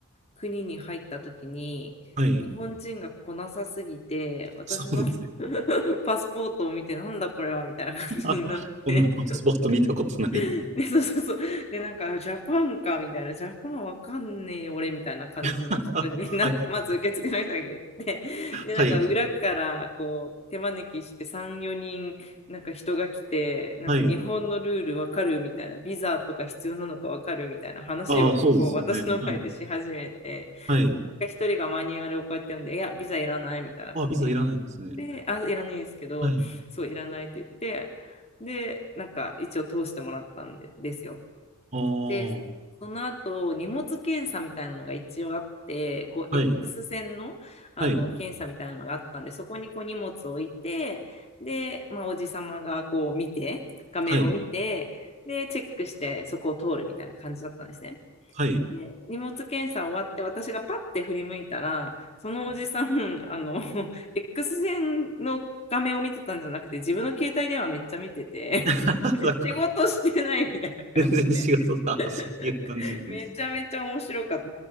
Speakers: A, on the left (about 30°); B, on the right (about 35°).
A: 国に入った時に日本人が来なさすぎて私の
B: はい。そうですね。
A: <laughs> パスポートを見てなんだこれはみたいな感じになって
B: <laughs> こんなスポット見たことない。
A: <laughs> でそうそうそう。で、なんか、<laughs> ジャパンか、みたいな、ジャパンわかんねえ、俺、みたいな感じの人にな、
B: <laughs> はい。
A: まず受付の人が言って、<laughs> で、なんか、
B: はい。
A: 裏から、こう、手招きして、3、4人、なんか人が来て、なんか、
B: はい。
A: 日本のルールわかるみたいな、ビザとか必要なのかわかるみたいな話を、
B: ああ、そうですよね。
A: こう、私の前でし始めて、
B: はい。はい。
A: なんか、一人がマニュアルをこうやって読んで、いや、ビザいらない、みたいなこと言っ
B: あ、ビザいらないですね。
A: で、あ、いらないんですけど、
B: はい。
A: そう、いらないって言って、で、なんか一応通してもらったんで、ですよ。
B: ああ、
A: で、その後、荷物検査みたいなのが一応あって、こう、
B: はい。
A: X 線の、あの、
B: はい。
A: 検査みたいなのがあったんで、そこにこう荷物を置いて、で、まあ、おじさまがこう見て、画面を見て、
B: はい。
A: で、チェックして、そこを通るみたいな感じだったんですね。
B: はい。
A: で荷物検査終わって私がパッて振り向いたらそのおじさんあの <laughs> X 線の画面を見てたんじゃなくて自分の携帯電話めっちゃ見てて
B: <laughs>
A: <laughs>
B: だから、
A: 仕事してないみたいな感じで
B: 全然仕事が、
A: <laughs>
B: そういう感じなんです。
A: めちゃめちゃ面白かっ